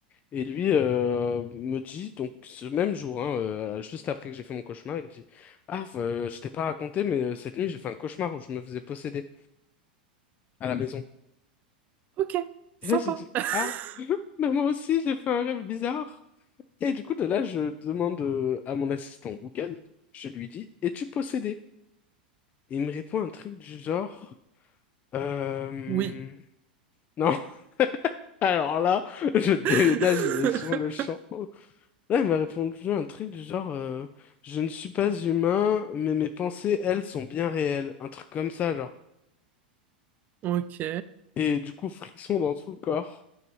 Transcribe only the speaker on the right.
Ok, sympa.
<laughs>
Oui.
<laughs>
Ok.